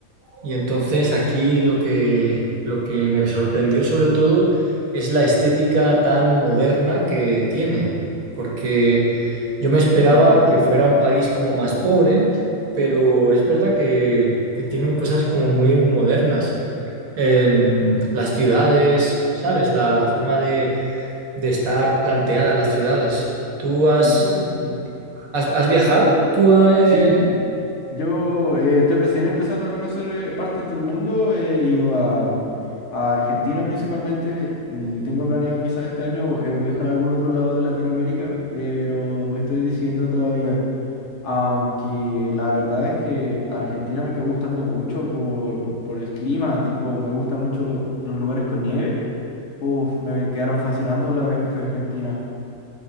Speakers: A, on the right (about 90°); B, on the left (about 60°).
A: y entonces aquí lo que, lo que me sorprendió sobre todo es la estética tan moderna que tiene, porque yo me esperaba
B: moderno.
A: que fuera un país como más pobre, pero es verdad que, que tienen cosas como muy modernas en las ciudades, ¿sabes? La, la forma de, de estar planteadas las ciudades. ¿Tú has,
B: Fíjate.
A: has, has viajado? ¿Tú, ah, eh,
B: Sí, yo eh, estoy recién empezando a conocer eh, partes del mundo. He ido a, a Argentina principalmente y tengo planeado quizás este año eh, viajar a algún otro lado de Latinoamérica, pero me estoy diciendo todavía, aunque la verdad es que Argentina me quedó gustando mucho por, por el clima, tipo, me gusta mucho los lugares con nieve. Uf, me quedaron fascinando la vez que fui a Argentina.